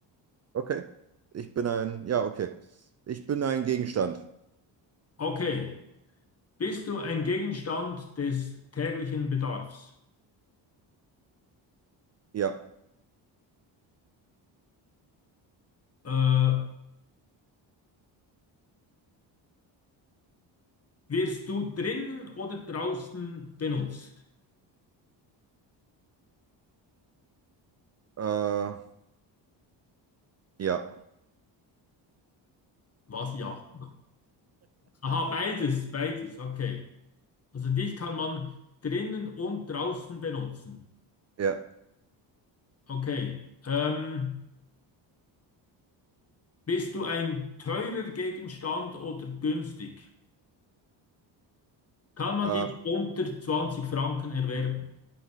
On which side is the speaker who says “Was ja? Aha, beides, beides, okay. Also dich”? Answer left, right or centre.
Left